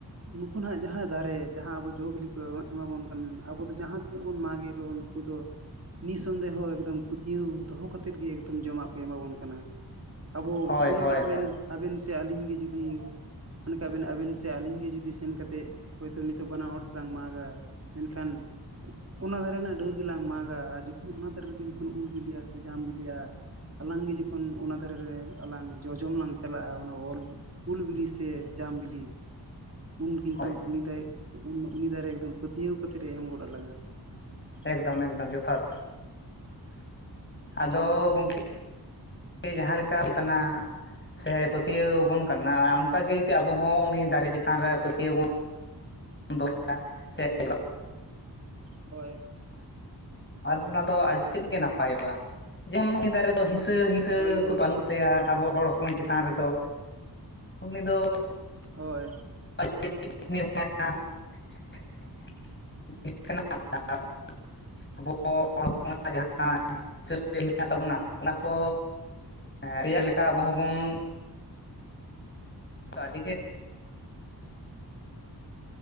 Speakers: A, on the right (about 35°); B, on the left (about 30°).
A: ᱱᱩᱠᱩ ᱱᱟᱜ ᱡᱟᱦᱟᱸ ᱫᱟᱨᱮ ᱡᱟᱦᱟᱸ ᱟᱵᱚ ᱡᱚᱼ ᱵᱤᱞᱤ ᱠᱚ ᱮᱢᱟᱵᱚᱱ ᱠᱟᱱ ᱟᱵᱚ ᱫᱚ ᱡᱟᱦᱟᱸ ᱛᱤᱱᱟᱹᱜ ᱵᱚᱱ ᱢᱟᱜ ᱮ ᱨᱮᱦᱚᱸ ᱱᱩᱠᱩ ᱫᱚ, ᱱᱤ ᱥᱚᱱᱫᱟᱷᱮᱦᱚᱸ ᱮᱠᱫᱚᱢ ᱯᱟᱹᱛᱭᱟᱹᱣ ᱫᱚᱦᱚ ᱠᱟᱛᱮᱫ ᱜᱮ ᱮᱠᱫᱚᱢ ᱡᱚᱢᱟᱜ ᱠᱚ ᱮᱢᱟᱵᱚᱱ ᱠᱟᱱᱟ, ᱟᱵᱚ
B: ᱦᱳᱭ
A: ᱢᱚᱱᱮ
B: ᱦᱳᱭ
A: ᱠᱟᱜ ᱵᱮᱱ,
B: ᱦᱳᱭ
A: ᱟᱵᱮᱱ ᱥᱮ ᱟᱹᱞᱤᱧ ᱜᱮ ᱡᱩᱫᱤ ᱢᱚᱱᱮ ᱠᱟᱜ ᱵᱮᱱ ᱟᱵᱮᱱ ᱥᱮ ᱟᱹᱞᱤᱧ ᱜᱮ ᱡᱩᱫᱤ ᱥᱮᱱ ᱠᱟᱛᱮᱫ, ᱦᱳᱭᱛᱳ ᱱᱤᱛᱚᱜ ᱵᱟᱱᱟ ᱦᱚᱲ ᱛᱮᱞᱟᱝ ᱢᱟᱜᱽᱟ ᱢᱮᱱᱠᱷᱟᱱ, ᱚᱱᱟ ᱫᱷᱟᱨᱮ ᱱᱟᱜ ᱰᱟᱹᱨ ᱜᱮᱞᱟᱝ ᱢᱟᱜᱽᱟ ᱟᱨ ᱡᱚᱠᱷᱚᱱ ᱚᱱᱟ ᱫᱟᱨᱮ ᱨᱮᱜᱮ ᱡᱚᱠᱷᱚᱱ ᱩᱞ ᱵᱤᱞᱤᱜᱼᱟ ᱥᱮ ᱡᱟᱢ ᱵᱤᱞᱤᱜᱼᱟ, ᱟᱞᱟᱝ ᱜᱮ ᱡᱚᱠᱷᱚᱱ ᱚᱱᱟ ᱫᱟᱨᱮ ᱨᱮ ᱟᱞᱟᱝ ᱡᱚᱡᱚᱢ ᱞᱟᱝ ᱪᱟᱞᱟᱜᱼᱟ ᱚᱱᱟ ᱚᱞ, ᱩᱞ ᱵᱤᱞᱤ ᱥᱮ ᱡᱟᱢ ᱵᱤᱞᱤ, ᱩᱱ ᱠᱤᱱᱛᱩ
B: ᱦᱳᱭ
A: ᱩᱱᱤ ᱫᱟᱭ ᱩᱱ-ᱩᱱᱤ ᱫᱟᱨᱮ ᱮᱠᱫᱚᱢ ᱯᱟᱹᱛᱭᱟᱹᱣ ᱠᱟᱛᱮᱫ ᱮ ᱮᱢ ᱜᱚᱫ ᱟᱞᱟᱝ-ᱟ,
B: ᱮᱠᱫᱚᱢ ᱮᱠᱫᱚᱢ ᱡᱚᱛᱷᱟᱛ ᱟᱫᱚ ᱜᱚᱝᱠᱮ, ᱥᱮ ᱡᱟᱦᱟᱸ ᱞᱮᱠᱟ ᱠᱟᱱᱟ, ᱥᱮ ᱯᱟᱹᱛᱭᱟᱹᱣ ᱵᱚᱱ ᱠᱟᱱᱟ ᱚᱱᱠᱟ ᱜᱮ ᱡᱩᱫᱤ ᱟᱵᱚᱸ ᱦᱚᱸ ᱩᱱᱤ ᱫᱟᱨᱮ ᱪᱮᱛᱟᱱ ᱨᱮ ᱯᱟᱹᱛᱭᱟᱹᱣ ᱵᱚᱱ, ᱫᱚᱦᱚ ᱥᱮ <inaudible>
A: ᱦᱳᱭ
B: ᱟᱨ ᱱᱚᱭᱟ ᱫᱚ ᱟᱹᱰᱤ ᱛᱮᱫ ᱜᱮ ᱱᱟᱯᱟᱭᱚᱜᱼᱟ ᱡᱮᱢᱚᱱ ᱩᱱᱤ ᱫᱟᱨᱮ ᱫᱚ ᱦᱤᱥᱟᱹ ᱦᱤ- ᱥᱟᱹ
A: ᱦᱳᱭ ᱜᱚᱢᱠᱮ
B: ᱠᱚ ᱵᱟᱹᱱᱩᱜ ᱛᱟᱭᱟ ᱟᱵᱚ ᱦᱚᱲ ᱦᱚᱯᱚᱱ ᱪᱮᱛᱟᱱ ᱨᱮᱫᱚ ᱩᱱᱤ ᱫᱚ,
A: ᱦᱳᱭ
B: <inaudible> <inaudible> ᱟᱵᱚ ᱦᱚᱲ ᱦᱚᱯᱚᱱᱧᱜ ᱡᱟᱦᱟᱸ <inaudible> ᱢᱮᱱᱟᱜ ᱛᱟᱵᱚᱱᱟ ᱚᱱᱟ ᱠᱚ ᱛᱮᱭᱟᱨ ᱞᱮᱠᱟ ᱟᱵᱚ ᱦᱚᱸᱵᱚᱱ, ᱟᱹᱰᱤ ᱜᱮ